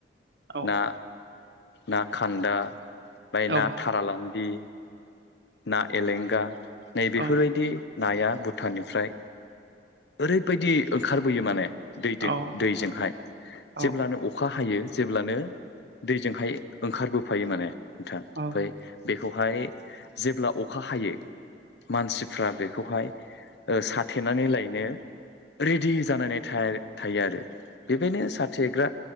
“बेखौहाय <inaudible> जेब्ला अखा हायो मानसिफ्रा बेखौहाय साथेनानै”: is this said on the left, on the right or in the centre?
Left